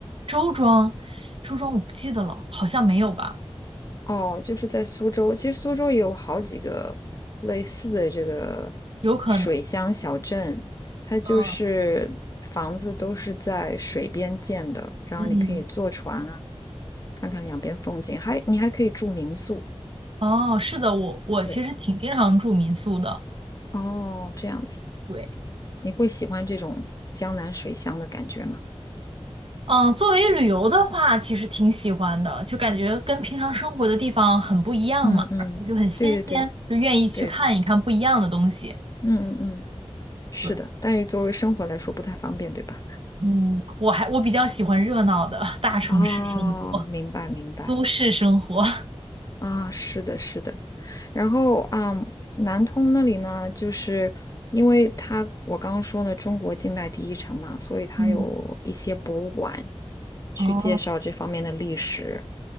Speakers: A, on the right; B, on the left.
A: 周庄，周庄我不记得了，好像没有吧，
B: 哦，就是在苏州。其实苏州也有好几个类似的这个
A: 有可能，
B: 水乡小镇，它就是房子都是在水边建的，
A: 嗯
B: 然后你可以坐船啊，
A: 嗯，
B: 看看两边风景，还你还可以住民宿。
A: 哦，是的，我我其实挺经常住民宿的，
B: 对，哦，这样子。
A: 对，
B: 你会喜欢这种江南水乡的感觉吗？
A: 嗯，作为旅游的话，其实挺喜欢的，就感觉跟平常生活的地方很不一样嘛，
B: 嗯嗯，
A: 然后就很新鲜，
B: 对对对
A: 就愿意去看一看不一样的东西。
B: 对，嗯嗯嗯，是的，
A: 对，
B: 但是作为生活来说不太方便，对吧？
A: 嗯，我还我比较喜欢热闹的大城市生活，
B: 哦，明白明白
A: 都市生活。
B: 啊，是的，是的。然后啊，南通那里呢，就是因为它我刚刚说呢，中国近代第一城嘛，所以它有一些博物馆
A: 嗯，
B: 去介绍这方面的历史，
A: 哦，